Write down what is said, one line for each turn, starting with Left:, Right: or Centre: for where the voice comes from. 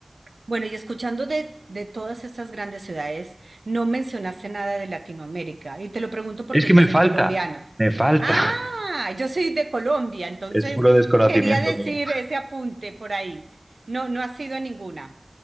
Right: Bueno, y escuchando de, de todas estas grandes ciudades, no mencionaste nada de Latinoamérica. Y te lo pregunto porque
Centre: Es que
Right: yo
Centre: me
Right: soy
Centre: falta,
Right: colombiana.
Centre: me falta,
Right: Ah, yo soy de Colombia,
Centre: <laughs>
Right: entonces
Centre: es puro desconocimiento
Right: quería decir
Centre: mío.
Right: ese apunte por ahí. No, no ha sido ninguna.